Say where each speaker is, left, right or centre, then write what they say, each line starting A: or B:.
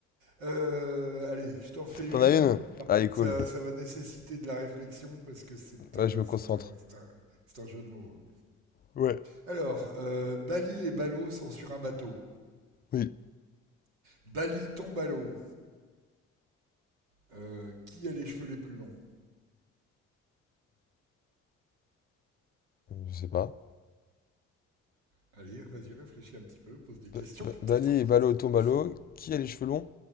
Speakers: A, on the right (about 80°); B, on the left (about 25°).
A: euh, allez, je t'en fais une.
B: T'en as une?
A: Par
B: Ah,
A: contre,
B: elle est cool.
A: ça, ça va nécessiter de la réflexion parce que c'est
B: Ouais,
A: un,
B: je me
A: c'est
B: concentre.
A: un, c'est un, c'est un jeu de mots. hein.
B: Ouais.
A: Alors, euh, Bali et Balo sont sur un bateau.
B: Oui.
A: Bali tombe à l'eau. Euh, qui a les cheveux les plus longs?
B: Je sais pas.
A: Allez, vas-y, réfléchis un petit peu, pose des questions
B: Ba- ba-
A: peut-être,
B: Bali et Balo
A: <laughs> je sais pas.
B: Tombalo, qui a les cheveux longs?